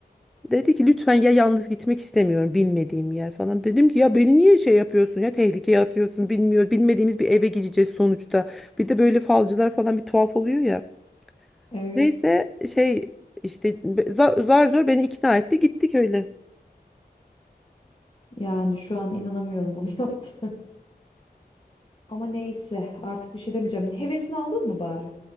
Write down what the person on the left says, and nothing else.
Evet.
Yani şu an inanamıyorum bunu <laughs> yaptı. Ama neyse artık bir şey demeyeceğim. Hevesini aldın mı bari?